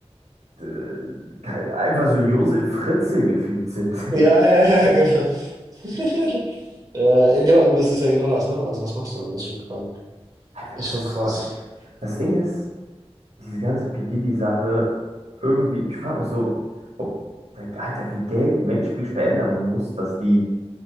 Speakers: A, on the right; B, on the right.
A: äh, kein- einfach so Josef Fritzl gefühlt sind. <laughs>
B: Ja, ja, ja, genau. <laughs> Äh, Ja, äh, genau, aber es ist ja genau das, ne? Also was machst du dann? Ist schon krank.
A: Alter,
B: Ist
A: das
B: schon
A: ist.
B: krass.
A: Das Ding
B: Ja.
A: ist, diese ganze P. Diddy-Sache, irgendwie, ich frage mich so, ob, Alter, wie Geld Menschen wirklich verändern muss, dass die,